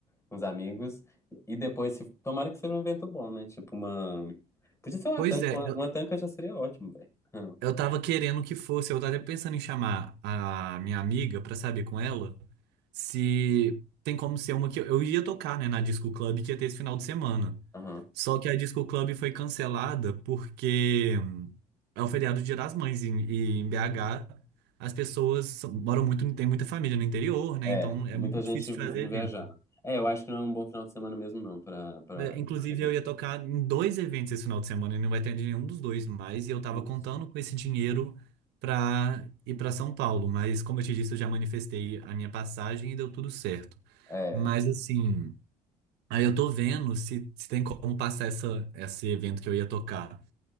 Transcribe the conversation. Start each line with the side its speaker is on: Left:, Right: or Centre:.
Left: com os amigos e depois, se, tomara que seja um evento bom, né? Tipo uma. Podia ser uma
Right: pois
Left: tanca,
Right: é.
Left: uma uma tanca já seria ótimo, velho. Hum,
Right: Eu tava querendo que fosse, eu tava até pensando em chamar a minha amiga pra saber com ela se tem como ser uma que eu, eu ia tocar, né, na Disco Club que ia ter esse final de semana.
Left: Aham.
Right: Só que a Disco Club foi cancelada porque hum, é o feriado do Dia das Mães em- e em BH as pessoas são- moram muito, tem muita família no interior, né?
Left: É,
Right: Então é
Left: muita
Right: muito
Left: gente
Right: difícil
Left: vi-
Right: de fazer
Left: indo
Right: evento.
Left: viajar. É, eu acho que não é um bom final de semana mesmo, não, pra, pra
Right: É, Inclusive,
Left: evento.
Right: eu ia tocar em dois eventos esse final de semana e não vai ter nenhum dos dois mais. E eu tava
Left: Putz,
Right: contando com esse dinheiro pra ir pra São Paulo. Mas, como eu te disse, eu já manifestei a minha passagem e deu tudo certo.
Left: É.
Right: Mas, assim, aí eu tô vendo se, se tem como passar essa, esse evento que eu ia tocar